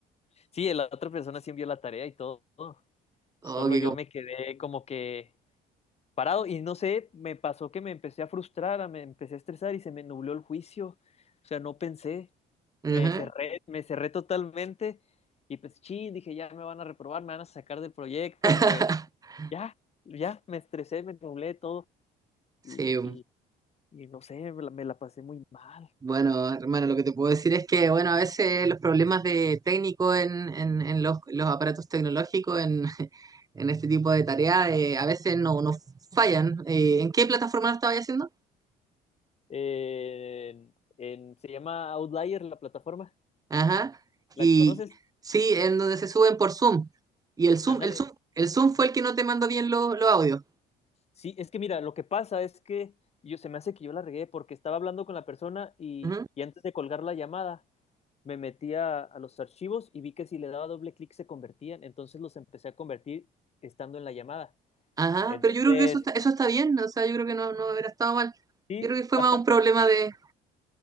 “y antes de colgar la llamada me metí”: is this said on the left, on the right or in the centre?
Left